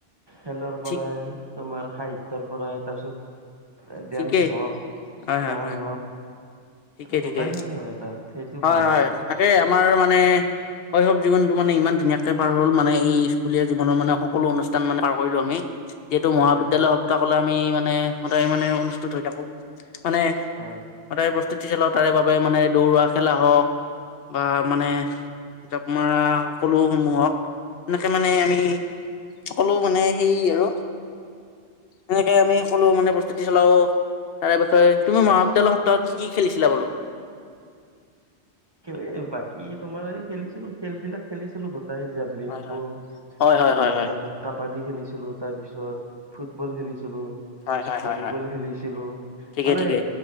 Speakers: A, on the right; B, on the left.
A: খেলৰ
B: ঠিক
A: পৰাই, তোমাৰ সাহিত্যৰ পৰাই, তাৰপিছত ডেন্স
B: ঠিকেই
A: হ'ওক,
B: হয় হয়
A: গান
B: হয়
A: হ'ওক
B: ঠিকে
A: গোটাইখিনি
B: ঠিকে
A: হয় তাত সেইটো
B: হয়,
A: ভাল লাগে
B: হয়, তাকেই আমাৰ মানে শৈশৱ জীৱনতটো মানে ইমান ধুনীয়াাক কে পাৰ হ'ল মানে এই স্কুলীয়া জীৱনৰ মানে সকলো অনুষ্ঠান মানে পাৰ কৰিলো আমি, যিহেতু মহাবিদ্যালয়
A: হয়
B: কেবল আমি মানে সদায় মানে অনুস্থিত হৈ থাকো মানে,
A: হয়
B: সদায় বস্তু <unintelligible> তাৰে বাবে মানে দৌৰা খেলা হ'ওক বা মানে জাপ মৰা সকলো সমূহক এনেকে মানে আমি সকলো মানে সেই আৰু এনেকে আমি সকলো মানে প্ৰস্তুতি চলাও, তাৰে বিষয়ে তুমি মহাবিদ্যালয়ৰ সপ্তাহত কি কি খেলিছিলা বোলো?
A: এ বাকী তোমাৰ এই খেলিছিলো খেল বিলাক খেলিছিলো গোটেইজাক জেবলিং
B: হয়
A: থ্ৰু
B: হয় হয়
A: তোমাৰ
B: হয় হয় হয়
A: তাৰ পাছত কাবাডী খেলিছিলো, তাৰ পিছত ফুটবল খেলিছিলোঁ।
B: হয় হয়
A: ভলীবল
B: হয় হয়
A: খেলিছিলোঁ,
B: ঠিকে
A: মানে
B: ঠিকে